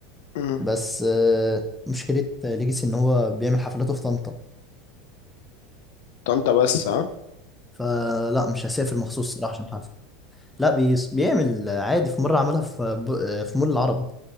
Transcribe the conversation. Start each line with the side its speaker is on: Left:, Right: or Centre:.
Left: امم
Centre: بس آه، مشكلة ليجاسي ان هو بيعمل حفلاته في طنطا
Left: طنطا بس ها
Centre: فلا مش هسافر مخصوص صراحة عشان حفلة لا بيس بيعمل عادي في مرة عملها في ب... في مول العرب